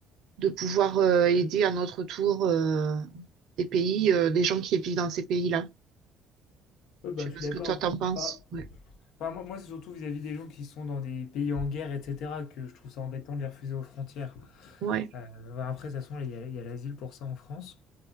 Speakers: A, on the right; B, on the left.
A: de pouvoir euh, aider à notre tour euh, des pays, euh, des gens qui vivent dans ces pays-là.
B: Ouais, bah,
A: Je sais
B: je
A: pas
B: suis
A: ce
B: d'accord.
A: que toi t'en penses.
B: Enfin,
A: Ouais,
B: enfin, moi, moi, c'est surtout vis-à-vis des gens qui sont dans des pays en guerre, etc., que je trouve ça embêtant de les refuser aux frontières.
A: ouais,
B: Euh, bah, après, de toute façon, il y a, il y a l'asile pour ça en France.